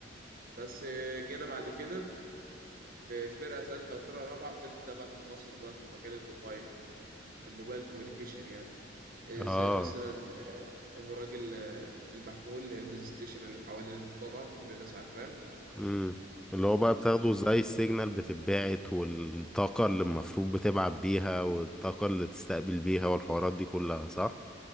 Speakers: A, on the right (about 50°); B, in the centre.
A: بس آه، جينا بعد كده في فرقة ثالثة وفرقة رابعة بتبدأ بقى تتخصص بقى في مجال الموبايل الموبايل كوميونيكيشن يعني آه،
B: اه
A: زي مثلا آه، الراجل آه، المحمول اللي هي البيز ستيشن اللي حوالينا دي طبعا كل الناس عارفاه
B: امم اللي هو بقى بتاخده زي السيجنال بتتبعت والطاقة اللي المفروض بتبعت بيها والطاقة اللي تستقبل بيها والحوارات دي كلها صح؟